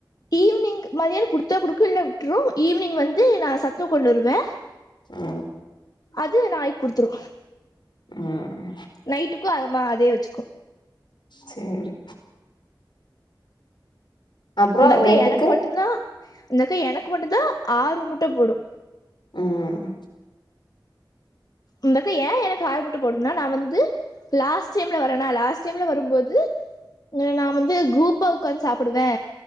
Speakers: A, on the left; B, on the left.
A: ஈவினிங் மதியானோ குடுத்தா குடுக்கு இல்ல விட்டுரு ஈவ்னிங் வந்து நா சத்துணவு கொண்டு வருவே
B: ஆ
A: அது நாய்க் குடுத்துரு
B: ம்
A: நைட்டுக்கு அதுமா அதே வச்சுக்கு
B: சேரி அப்றோ
A: இந்த அக்கா
B: நைட்டுக்கு
A: எனக்கு மட்டுந்தா இந்தக்கா எனக்கு மட்டுந்தா ஆறு முட்ட போடும்
B: ம் ம்
A: இந்தக்கா ஏ எனக்கு ஆறு முட்ட போடுதுன்னா நா வந்து லாஸ்ட் டைம்ல வரனா லாஸ்ட் டைம்ல வரும்போது நா வந்து குரூப்பா உக்காந்து சாப்புடுவே